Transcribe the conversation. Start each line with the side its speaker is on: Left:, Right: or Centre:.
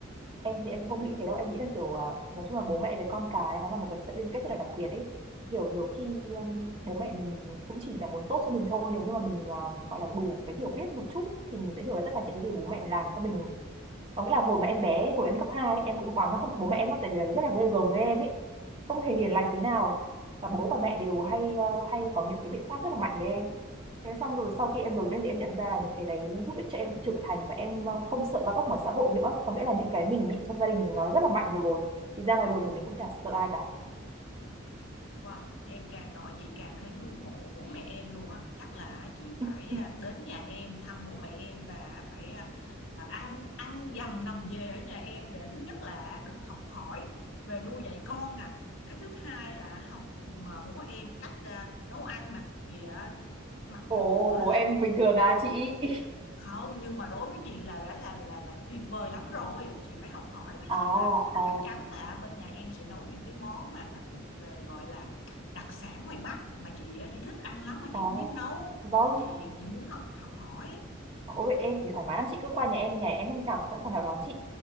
Right: em thì em không nghĩ thế đâu em nghĩ là kiểu à, nói chung là bố mẹ với con cái nó là một cái sợi liên kết rất là đặc biệt ấy kiểu nhiều khi um, bố mẹ mình cũng chỉ là muốn tốt cho mình thôi nếu như mà mình à, gọi là đủ cái hiểu biết một chút thì mình sẽ hiểu là tất cả những cái gì bố mẹ làm cho mình có nghĩa là hồi mà em bé hồi em cấp 2 ấy, em cũng oán nó bố mẹ em lắm tại vì là rất là ghê gớm với em ấy không hề hiền lành tí nào và bố và mẹ đều hay ờ, hay có những cái biện pháp rất là mạnh với em Thế xong rồi sau khi em đổi đây thì em nhận ra là những cái đấy giúp ích cho em trưởng thành và em ờ, không sợ va vấp ngoài xã hội nữa. Có nghĩa là những cái mình bị trong gia đình thì nó rất là mạnh rồi. Thì ra ngoài đường thì mình cũng chả sợ ai cả.
Left: wow em càng nói chị càng thấy ngưỡng mộ bố mẹ em luôn á chắc là chị
Right: <laughs>
Left: phải à, đến nhà em thăm bố mẹ em và phải à, à, ăn ăn dầm nằm về ở nhà em để thứ nhất là được học hỏi về nuôi dạy con nè cái thứ hai là học mà bố em cách à, nấu ăn nè vì à, mặc
Right: Ồ,
Left: dù
Right: bố
Left: là
Right: em bình thường à chị? <laughs>
Left: không nhưng mà đối với chị là đã là là là tuyệt vời lắm rồi chị phải học hỏi với lại
Right: À,
Left: là
Right: à,
Left: chắc chắn là bên nhà em sẽ nấu những cái món mà nó thuộc về gọi là đặc sản ngoài Bắc mà chị á thì thích ăn lắm mà chị
Right: à,
Left: không biết nấu
Right: vâng.
Left: Nên chị chị muốn học học hỏi
Right: Ôi, em thì thoải mái lắm chị cứ qua nhà em, nhà em lúc nào cũng sẵn sàng chào đón chị.